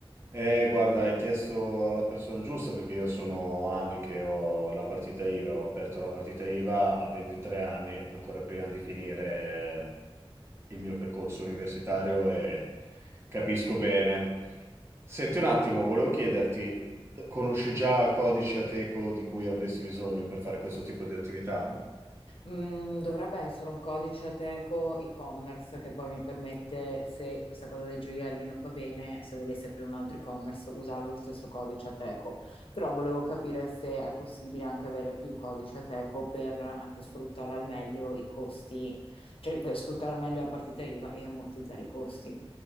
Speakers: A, on the right (about 25°); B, on the left (about 65°).
A: Eh, guarda, hai chiesto alla persona giusta perché io sono anni che ho la partita IVA, ho aperto la partita IVA a 23 anni, ancora prima di finire il mio percorso universitario e capisco bene. Senti un attimo, volevo chiederti, conosci già il codice Ateco di cui avresti bisogno per fare questo tipo di attività?
B: Mm, dovrebbe essere un codice Ateco e-commerce che poi mi permette, se questa cosa dei gioielli non va bene, se volessi aprire un altro e-commerce, usare lo stesso codice Ateco. Però volevo capire se è possibile anche avere più codice Ateco per anche sfruttare al meglio i costi, cioè per sfruttare al meglio la partita IVA e ammortizzare i costi.